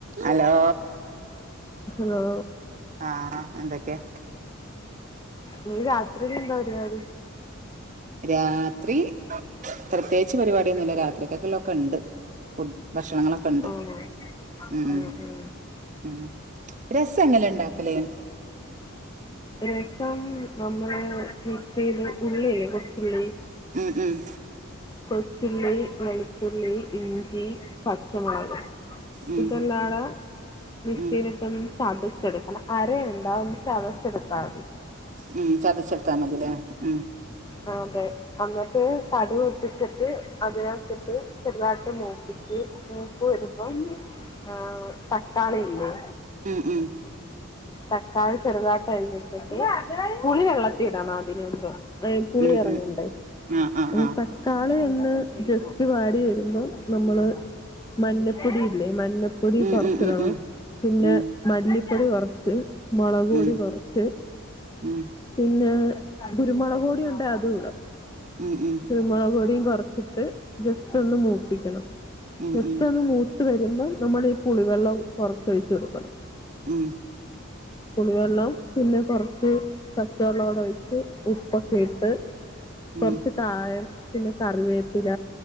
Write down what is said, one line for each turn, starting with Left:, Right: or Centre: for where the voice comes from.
Right: Hello?
Left: Hello?
Right: ആഹാ എന്തക്കെ?
Left: ഇന്ന് രാത്രിയിലെന്താ പരിപാടി?
Right: രാത്രി പ്രത്യേയിച്ച് പരിപാടിയൊന്നുല്ല രാത്രി കക്ക്ള്ളോക്കെണ്ട്. ഫുഡ് ഭഷണങ്ങളൊക്കെണ്ട്.
Left: ആണോ ആ
Right: മ് ഹ്
Left: ആ
Right: ഉം രസ എങ്ങനെണ്ടാക്കല്?
Left: രസം നമ്മള് മിക്സില് ഉള്ളിയില്ലേ കൊച്ചുള്ളി
Right: ഹ് ഹും
Left: കൊച്ചുള്ളി, വെളുത്തുള്ളി, ഇഞ്ചി, പച്ചമൊളക്.
Right: ഉം
Left: ഇതെല്ലാടാ മിക്സിലൊട്ടൊന്ന്
Right: ഉം
Left: ചതച്ചെട്ക്കണം. അരയണ്ടാ ഒന്ന് ചതച്ചെടുത്താതി.
Right: മ്മ് ചതച്ചടുത്താ മതിലേ മ്മ്?
Left: ആഹ് അതെ അന്നട്ട് തടു ഇട്ടിട്ട് അതിനകത്ത്ട്ട് ചെറുതായിട്ട് മൂപ്പിച്ച് ഉം പ്പ് വരുബോം ഹേ തക്കാളി ഇല്ലേ.
Right: ഉം ഉം
Left: തക്കാളി ചെറുതാട്ട് അരിഞ്ഞിട്ട് പുളി വെള്ളത്തി ഇടണം അതിന് മുമ്പ് ഏൾതുള്ളി
Right: ഉം
Left: എറങ്ങണ്ടേ
Right: ഉം ആഹ് ആഹ്
Left: എനിപ്പേ
Right: ആഹ്
Left: ക്കാളി ഒന്ന് ജസ്റ്റ് വാടി വരുമ്പോം നമ്മള് മഞ്ഞപ്പൊടിയില്ലേ മഞ്ഞ പൊടി
Right: ഉം
Left: കൊർച്ച്ടണം
Right: ഉം ഉം ഉം
Left: പിന്നെ
Right: ഉം
Left: മല്ലിപ്പൊടി കൊറച്ച് മൊളക്
Right: ഉം
Left: പൊടി കൊറച്ച്
Right: ഉം
Left: പിന്നെ ഗുരുമൊളക് പൊടിയുണ്ടെ അതുടാ.
Right: ഉം ഉം
Left: കുരുമൊളക് പൊടിം കൊറച്ചിട്ട് ജസ്റ്റ് ഒന്ന് മൂപ്പിക്കണം
Right: ഉം
Left: ജസ്റ്റ്
Right: ഉം
Left: ഒന്ന് മൂ ത്ത് വരുമ്പം നമ്മൾ ഈ പുളിവെള്ളം കൊറച്ചൊയിച്ച് കൊടുക്കണം.
Right: ഉം
Left: പുളിവെള്ളം പിന്നെ കൊറച്ച് പച്ച വെള്ളൂടെ ഒഴിച്ച് ഉപ്പ് ക്കെ ഇട്ട് കൊറച്ച്
Right: ഉം
Left: കായം പിന്നെ കറിവേപ്പില